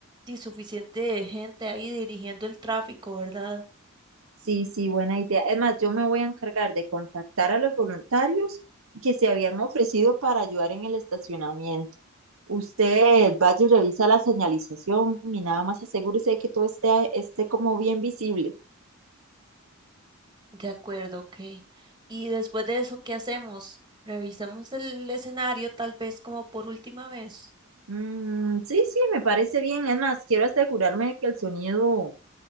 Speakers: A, on the right; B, on the right.
A: sí, suficiente gente ahí dirigiendo el tráfico, ¿verdad?
B: Sí, sí, buena idea. Es más, yo me voy a encargar de contactar a los voluntarios que se habían ofrecido para ayudar en el estacionamiento. Usted vaya y revisa la señalización y nada más asegúrese de que todo esté, esté como bien visible.
A: De acuerdo, ok. Y después de eso, ¿qué hacemos? ¿Revisamos el escenario tal vez como por última vez?
B: Mm, sí, sí, me parece bien. Es más, quiero asegurarme de que el sonido